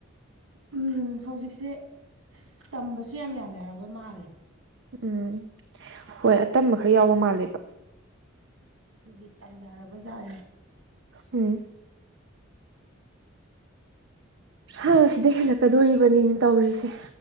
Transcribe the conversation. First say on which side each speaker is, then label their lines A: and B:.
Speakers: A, on the right (about 80°); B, on the right (about 60°).
A: ꯎꯝ ꯍꯧꯖꯤꯛꯁꯦ ꯇꯝꯕꯁꯨ ꯌꯥꯝ ꯌꯥꯅꯔꯕ ꯃꯥꯜꯂꯦ
B: ꯎꯝ ꯍꯣꯏ ꯑꯇꯝꯕ ꯈꯔ ꯌꯥꯎꯕ ꯃꯥꯜꯂꯦꯕ
A: ꯑꯗꯨꯒꯤ ꯇꯝꯅꯔꯕ ꯖꯥꯠꯅꯤ
B: ꯎꯝ ꯍꯥ ꯁꯤꯗꯩ ꯍꯦꯜꯂꯛꯀꯗꯣꯔꯤꯕꯅꯤꯅꯦ ꯇꯧꯔꯤꯁꯦ